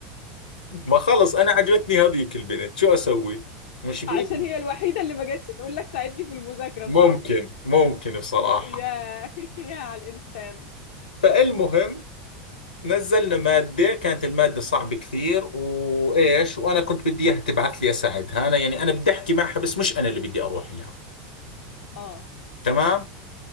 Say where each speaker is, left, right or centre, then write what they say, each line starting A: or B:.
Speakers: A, on the left; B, on the left.
A: ما خلص أنا عجبتني هذيك البنت شو أسوي مش بإيدي
B: عشان هي الوحيده اللي ما جاتش تقول لك ساعدني في المذاكره
A: ممكن
B: صح
A: ممكن بصراحة
B: يا <laughs> يا على الإنسان
A: فالمهم نزلنا مادة كانت المادة صعبة كثير وإيش وأنا كنت بدي إياها تبعث لي أساعدها أنا يعني أنا بدي أحكي معها بس مش أنا اللي بدي أروح لها
B: اه
A: تمام